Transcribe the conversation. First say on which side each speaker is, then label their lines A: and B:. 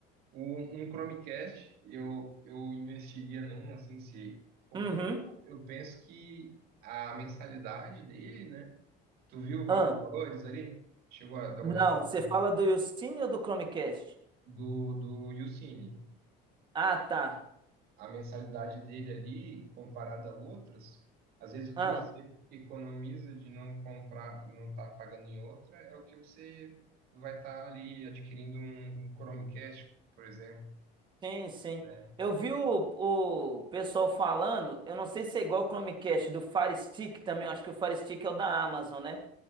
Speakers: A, on the right; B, on the right.
A: O- um Chromecast, eu, eu investiria num, assim, se. Porque
B: Uhum.
A: eu, eu penso que a mensalidade dele, né? Tu viu o va-
B: Ah,
A: os valores ali? Chegou a dar
B: não,
A: uma olhada no valor?
B: você fala do Yucine ou do Chromecast?
A: do, do YouCine.
B: Ah, tá.
A: a mensalidade dele ali, comparada a outras, às vezes o
B: Ah,
A: que você economiza de não comprar, não estar pagando em outra, é o que você vai estar ali adquirindo um, um Chromecast, por exemplo,
B: sim, sim.
A: né?
B: Eu vi o, o pessoal falando, eu não sei se é igual o Chromecast, do Fire Stick também, eu acho que o Fire Stick é o da Amazon, né?